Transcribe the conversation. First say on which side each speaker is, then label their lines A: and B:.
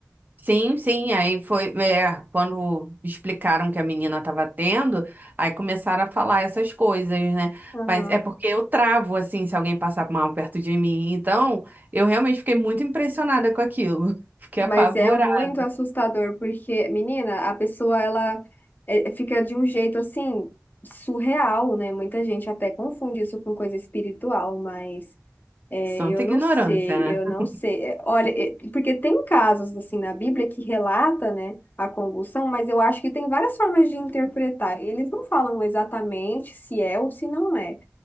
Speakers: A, on the right; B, on the left.
A: Sim, sim, aí foi, é, quando explicaram que a menina estava tendo, aí começaram a falar essas coisas, né?
B: Aham.
A: Mas é porque eu travo, assim, se alguém passar mal perto de mim. Então, eu realmente fiquei muito impressionada com aquilo. <laughs> Fiquei
B: Mas
A: apavorada.
B: é muito assustador porque, menina, a pessoa ela é, fica de um jeito assim surreal, né? Muita gente até confunde isso com coisa espiritual, mas É,
A: Santa
B: eu
A: ignorância,
B: não sei, eu não
A: né?
B: sei. É, Olha, é, porque tem casos assim na Bíblia que relata, né, a convulsão, mas eu acho que tem várias formas de interpretar. Eles não falam exatamente se é ou se não é,